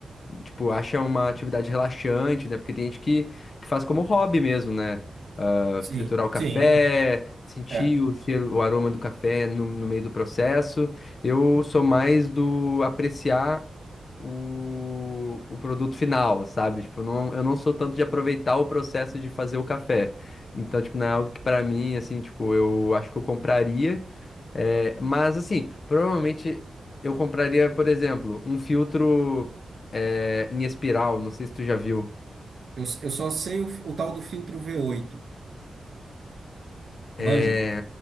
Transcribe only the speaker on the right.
Sim,
sim.
É,
eu, eu só sei o, o tal do filtro V8,
manja?